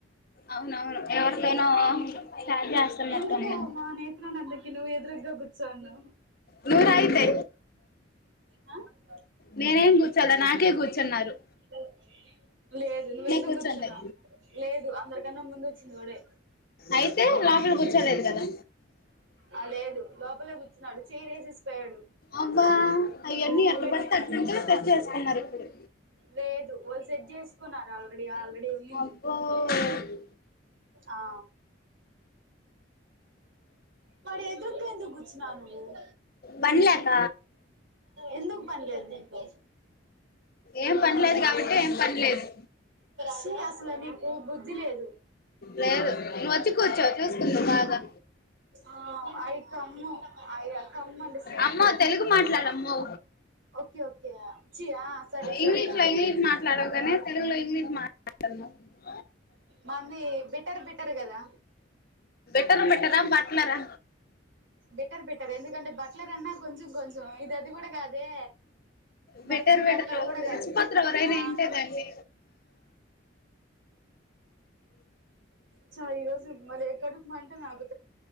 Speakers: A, on the left; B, on the right.
A: అవునవును ఎవరితోనో చాట్ చేస్తున్నట్టుంది
B: ఎందుకు మా నేత్ర ఆనందానికి ఎదురుతగులు? సో ను.
A: నువ్వు రా అయితే
B: హాహా.
A: నేనేం గుచాలా? నాకే గుచ్చున్నారు.
B: బెల్ల <unintelligible> లేదు నువ్వెందుకు,
A: కూర్చుంది
B: గుచ్చినవూ? లేదు అందరికన్నా ముందు వచ్చింది వాడే.
A: అయితే లోపల కూర్చోలేదు కదా?
B: ఆ లేదు, లోపల కూర్చున్నాడు. చైర్ ఏసిస్తాడు
A: అబ్బా అవన్నీ
B: బుక్స్
A: ఎట్ట
B: పెట్టి.
A: పడితే అట్టుంటే తెచ్చేసుకున్నారు ఇప్పుడు
B: లేదు, వాళ్లు సెట్ చేసుకున్నారు. ఆల్రెడీ ఆల్రెడీ ఊనింది.
A: వూ ఓ ఓ.
B: ఆ. వాడు ఎదురుగా ఎందుకు గుచ్చినవూ నువు?
A: పనిలేక
B: ఏందుకు? పని లేదు నీకు?
A: ఏం పనిలేదు కాబట్టి ఏం పనిలేదు
B: ఛీ, అసల నీకు బుద్ధి లేదు?
A: లేదు, నువ్వు వచ్చి కూర్చో. చూసుకుందాం, బా.
B: ఆ ఐ కమ్ము ఐ కమ్ అంటే సిట్
A: అమ్మ, తెలుగు మాట్లాడమ్మా? మొ.
B: ఓకే ఓకే ఛీ ఆ సరే
A: ఇంగ్లీష్
B: సరే
A: లో ఇంగ్లీష్ మాట్లాడవు కానీ తెలుగులో ఇంగ్లీష్ మాట్ <unintelligible>
B: మంది బిట్టారు బిట్టరు కదా
A: బిట్టారు బిట్టారా బాట్లార
B: బిట్టర్ బిట్టర్ ఎందుకంటే బట్లర్ అన్నా కొంచం కొంచెం ఇది అది కూడా కాదే
A: బిట్టర్
B: బట్లర్
A: బెటర్
B: బట్లర్ కూడా కాదు
A: రచ్చపోతారు ఎవరైనా
B: ఆ
A: ఇంటేదండి
B: చ ఈరోజు మళ్ళీ కడుపు మంట నాకు